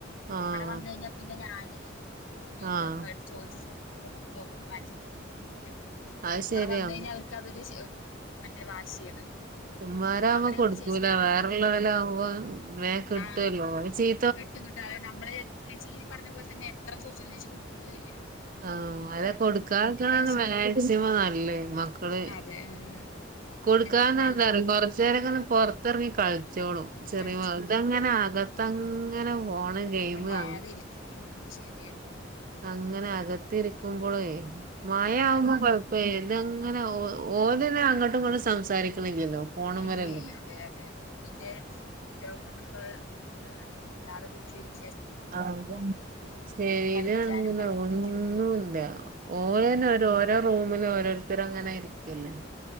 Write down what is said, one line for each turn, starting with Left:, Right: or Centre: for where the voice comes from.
Right: ആഹ്
Left: ഇവടെ വന്നുകഴിഞ്ഞാ പിന്നെ ഞാന് അമ്മമൊക്കെയിട്ട്
Right: ആഹ്
Left: ചോദിച്ച് സോപ്പിട്ട് സോപ്പിട്ട് വാങ്ങിച് നോക്കിയിരിക്ക
Right: അത്
Left: ഇവടെ
Right: ശരിയാ
Left: വന്ന് കഴിഞ്ഞാൽ അവർക്ക് അതൊരു മറ്റെ വാശിയാണ്
Right: ഉമ്മാരാവുമ്പൊ
Left: അവിടെയാവുമ്പോ
Right: കൊടുക്കൂല
Left: ചേച്ചി തീരെ
Right: വേറല്ലോലാവുമ്പോ
Left: കൊടുക്കില്ല
Right: വേഗം കിട്ടോലൊ
Left: ആഹ്
Right: ഇച്ച് ഈ
Left: കിട്ടും കിട്ടും നമ്മള് ചേച്ചീ പറഞ്ഞപോലെ തന്നെ എത്ര ചോയിച്ചാലും ചേച്ചി കൊടുക്കേല്ലാ
Right: ആഹ് അല്ല കൊടുക്കാക്കണത്
Left: പക്ഷെ
Right: മാക്സിമം നല്ലേ മക്കള്
Left: അതെ ഉം
Right: കൊടുക്കാതന്നാ
Left: അല്ല ഇന്നത്തെ കാലത്ത്
Right: എന്തറിയോ കൊറച്ചേരൊക്കൊന്ന് പൊറത്തറങ്ങി കളിച്ചോളും ചെറിയോലതങ്ങനെ
Left: കളിച്ചോളും അതെ അതെ
Right: ആകത്തങ്ങ അങ്ങനെ ഫോണ് ഗെയിമ്
Left: മിണ്ടാതെ
Right: അങ്ങ
Left: ഇരിക്കും ഉം ശരിയാണ്
Right: അങ്ങനെ അകത്തിരിക്കുമ്പോളേയ് മഴാവുമ്പോ
Left: അതെ അതെ അതെ
Right: കൊഴപ്പല്ല ഇതങ്ങനെ ഒ ഓല് പിന്നെ അങ്ങോട്ടുമിങ്ങോട്ടും സംസാരിക്കണില്ലല്ലോ ഫോണുമ്മലല്ലേ
Left: ഇല്ലെല്ല അതെയതെ അന്റെ ഉപയോഗം കൊണ്ടുള്ള ബുദ്ധിമുട്ടുകളതൊക്കേണ് മുണ്ടാതെ വീട്ടിലിരിക്ക
Right: ആഹ് ഉം സ്റ്റൈലാണെങ്കിലൊന്നൂല്ല
Left: കളിക്കാനും മടി പിടിക്കും
Right: ഓലെന്നൊരു
Left: ഉം
Right: ഒ ഇന്റെ റൂമിലോരോരുത്തരങ്ങനെ ഇരിക്കല്ലെ